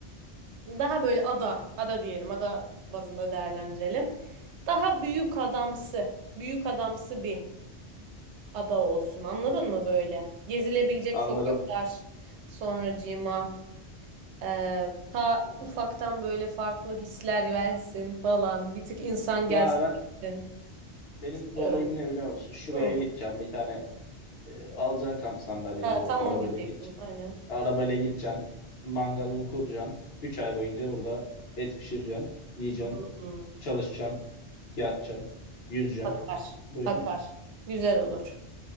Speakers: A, on the right (about 80°); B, on the left (about 65°).
A: Daha böyle ada, ada diyelim, ada bazında değerlendirelim. Daha büyük adamsı, büyük adamsı bir ada olsun. Anladın mı böyle? Gezilebilecek
B: anlarım.
A: sokaklar, sonracığıma e, ta ufaktan böyle farklı hisler versin falan. Bir tık insan gelsin.
B: Ya ben
A: gitsin.
B: benim de
A: Diyorum.
B: olayım ne biliyor musun? Şuraya
A: Hı.
B: gideceğim bir tane e, alacaksın kamp sandalyeni
A: Ha,
B: moruk
A: tam
B: arabayla
A: onu diyecektim.
B: git.
A: Aynen.
B: Arabayla gideceksin mangalını kuracaksın. 3 ay boyunca burada et pişireceksin. Yiyeceksin.
A: Hı.
B: Çalışacaksın. Yatacaksın. Yüzeceksin.
A: Akar.
B: Bu,
A: Akar. Güzel olur.